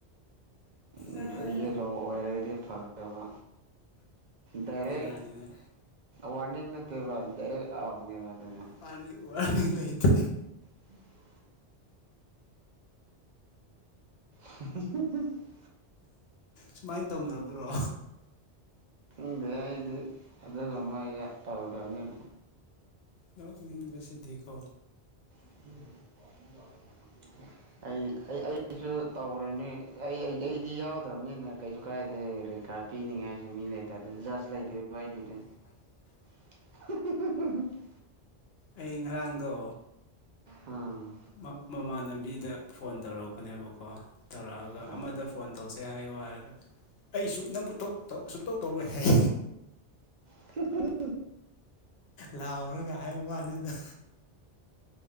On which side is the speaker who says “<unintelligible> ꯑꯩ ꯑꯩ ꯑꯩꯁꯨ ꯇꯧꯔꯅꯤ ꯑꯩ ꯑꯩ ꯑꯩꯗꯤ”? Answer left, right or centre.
Right